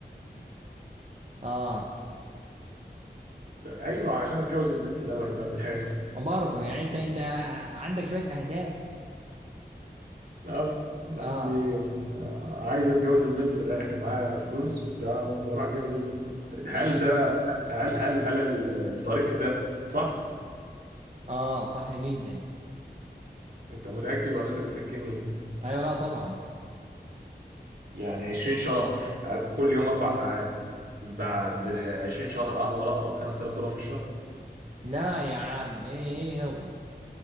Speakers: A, on the right; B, on the right.
A: اه
B: ايوه عشان اتجوز البنت اللي انا بحبها في الاخر <laughs>
A: برضه يعني انت انت عندك شويه اهداف
B: اه أنا
A: اه
B: عندي آه، عايز اتجوز البنت في الاخر معايا فلوس وبتاع واروح اتجوز البنت
A: ايوه
B: هل ده هل هل هل ال- الطريق ده صح
A: اه صح جدا
B: انت متاكد ولا انت بتسكتني
A: ايوه لا طبعا
B: يعني 20 شهر كل يوم أربع ساعات بعد 20 شهر أقدر أقبض 5000 دولار في الشهر
A: لا يا عم ايه ايه هو